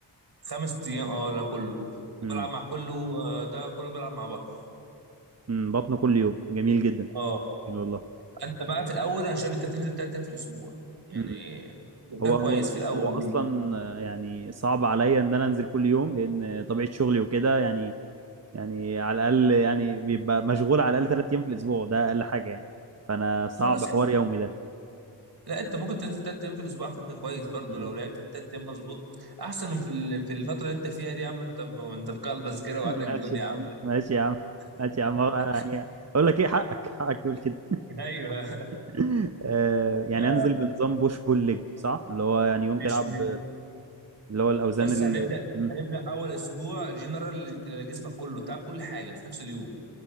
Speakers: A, on the right (about 60°); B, on the right (about 35°).
A: خمس ايام اه ولا كله وبلعب
B: امم
A: مع كله آه، ده كله بلعب مع بطن
B: امم بطن كل يوم جميل جدا
A: اه
B: جميل والله
A: انت بقى في الاول انا شايف انت تنزل ثلاث ايام في الاسبوع يعني
B: امم
A: ده
B: هو
A: كويس
B: هو
A: في الاول
B: هو
A: ليه
B: اصلا آه، يعني صعب عليا ان انا انزل كل يوم لان طبيعة شغلي وكده يعني يعني على الاقل يعني بيبقى مشغول على الاقل ثلاث ايام في الاسبوع ده اقل حاجه يعني فانا صعب
A: خلاص
B: حوار
A: حلو
B: يومي ده
A: لا انت ممكن تنزل تلات ايام في الاسبوع على فكره كويس برضو
B: مم.
A: لو لعبت في تلات ايام مظبوط احسن من في ال- في الفتره اللي انت فيها دي يا عم انت م- انت في قلبس كده
B: <laughs>
A: وعندك
B: ماشي
A: ديون
B: يا
A: يا عم
B: عم ماشي يا عم ماشي
A: <laughs>
B: يا عم هو يعني اقول لك ايه حقك حقك تقول كده
A: ايوه
B: <laughs> آه يعني
A: آه،
B: انزل بنظام بوش بول ليج صح اللي هو يعني يوم
A: مش
B: تلعب
A: مش-
B: اللي هو الاوزان
A: بس
B: ال
A: هنبدا
B: مم.
A: هنبدا اول اسبوع جنرال جسمك كله تلعب كل حاجه في نفس اليوم